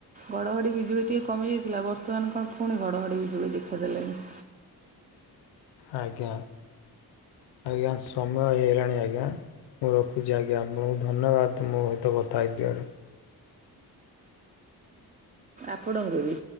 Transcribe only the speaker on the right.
ଘଡଘଡି ବିଜୁଳି ଟିକେ କମିଯାଇଥିଲା ବର୍ତ୍ତମାନ କଣ ପୁଣି ଘଡଘଡି ବିଜୁଳି ଦେଖାଦେଲାଣି।
ଆପଣ ଙ୍କୁ ବି।